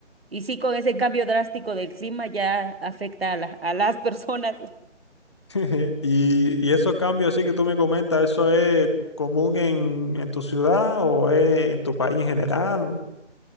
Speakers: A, on the right; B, on the left.
A: y sí, con ese cambio drástico del clima ya afecta a, la- a las <laughs> personas.
B: <laughs> Y, y esos cambios así que tú me comentas, ¿eso es común en, en tu ciudad o es en tu país en general?